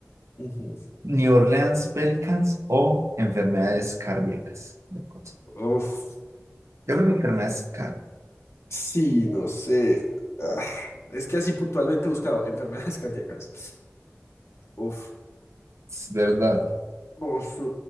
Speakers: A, on the left; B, on the right.
A: Ujú.
B: New Orleans Pelicans o enfermedades cardíacas. de acuerdo.
A: Uf.
B: Yo creo que enfermedades cardíacas,
A: Sí, no sé. Ah, es que así puntualmente he buscado enfermedades <laughs> cardíacas. Uf.
B: Es ¿verdad?
A: No sé.